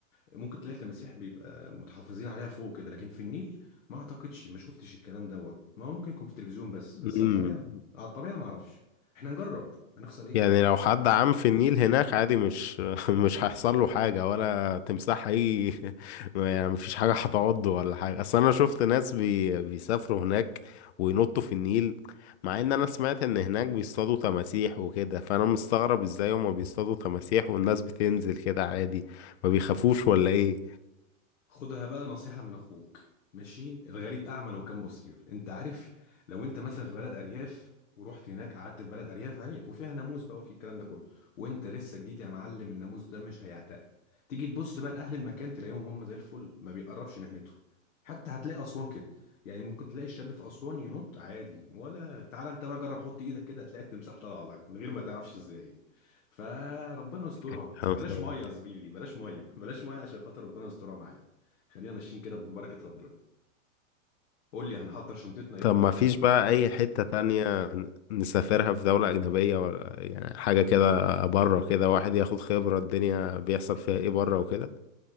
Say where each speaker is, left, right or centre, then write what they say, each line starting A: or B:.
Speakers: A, on the left (about 75°); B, on the left (about 55°).
A: ممكن تلاقي التماسيح بيبقى متحفظين عليها فوق كده لكن في النيل ما اعتقدش ما شفتش الكلام دوت ما هو ممكن يكون في التلفزيون بس بس
B: مم.
A: على الطبيعة على الطبيعة ما اعرفش احنا نجرب هنخسر ايه
B: يعني لو حد عام في النيل هناك عادي مش <laughs> مش هيحصل له حاجة ولا تمساح هي <laughs> يعني مفيش حاجة هتعضه ولا حاجة أصل أنا شفت ناس بي... بيسافروا هناك وينطوا في النيل مع إن أنا سمعت إن هناك بيصطادوا تماسيح وكده فأنا مستغرب إزاي هما بيصطادوا تماسيح والناس بتنزل كده عادي ما بيخافوش ولا إيه
A: خدها بقى نصيحة من أخوك ماشي الغريب أعمى لو كان بصير أنت عارف لو أنت مثلا في بلد أرياف ورحت هناك قعدت في بلد أرياف هيئت وفيها ناموس بقى وفي الكلام ده كله وأنت لسه جديد يا معلم الناموس ده مش هيعتقل تيجي تبص بقى لأهل المكان تلاقيهم هم زي الفل ما بيقربش ناحيته حتى هتلاقي أسوان كده يعني ممكن تلاقي الشاب في أسوان ينط عادي ولا تعالى أنت بقى جرب حط إيدك كده هتلاقي التمساح طالع لك من غير ما تعرفش إزاي فربنا يسترها
B: <laughs>
A: بلاش مية يا زميلي بلاش مية <laughs> بلاش مية عشان خاطر ربنا يسترها معاك خلينا ماشيين كده ببركة ربنا قول لي هنحضر شنطتنا
B: طب
A: امتى
B: ما
A: وهنا
B: فيش بقى أي حتة تانية نسافرها في دولة أجنبية ولا يعني حاجة كده بره كده واحد ياخد خبرة الدنيا بيحصل فيها إيه بره وكده